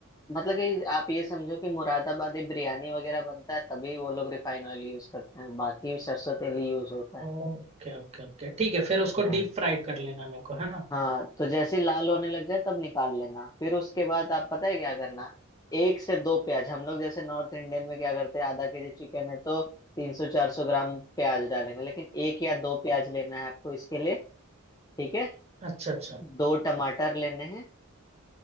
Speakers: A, on the left; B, on the right.
A: मतलब कि आप ये समझो कि मुरादाबादी बिरयानी वगैरह बनता है तभी वो लोग रिफाइन ऑयल यूज करते हैं बाकी सरसों तेल ही यूज होता है
B: ओके ओके ओके ठीक है फिर उसको
A: हाँ
B: डीप फ्राई कर लेना मेरे को है ना
A: हाँ तो जैसे ही लाल होने लग जाए तब निकाल लेना फिर उसके बाद आप पता है क्या करना एक से दो प्याज हम लोग जैसे नॉर्थ इंडियन में क्या करते हैं आधा केजी चिकन है तो तीन सौ चार सौ ग्राम प्याज डालेंगे लेकिन एक या दो प्याज लेना है आपको इसके लिए ठीक है
B: अच्छा अच्छा
A: दो टमाटर लेने हैं